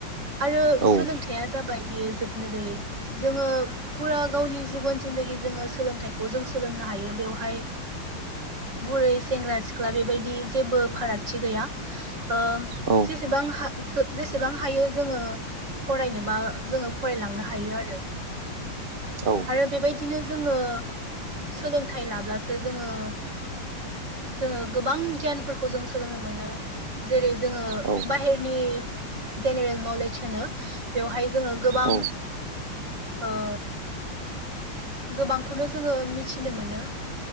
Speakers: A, on the right (about 55°); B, on the right (about 35°).
A: आरो
B: औ
A: सोलोंथाइया जाबाय बियो जोबनो गैयै जोङो फुरा गावनि जिबन जिन्दगि जोङो सोलोंथाइखौ जों सोलोंनो हायो बेवहाय बुरै सेंग्रा सिख्ला बेबायदि जेबो फारागथि गैया ओ
B: औ
A: जेसेबां हा जेसेबां हायो जोङो फरायनोबा जोङो फरायलांनो हायो आरो
B: औ
A: आरो बेबायदिनो जोङो सोलोंथाइ लाब्लासो जोङो जोङो गोबां गियानफोरखौ जों सोलोंनो मोनो जेरै जोङो
B: औ
A: बाहेरनि जेनेरेल नलेज होनो बेवहाय जोङो गोबां
B: औ
A: ओ गोबांखौनो जोङो मिथिनो मोनो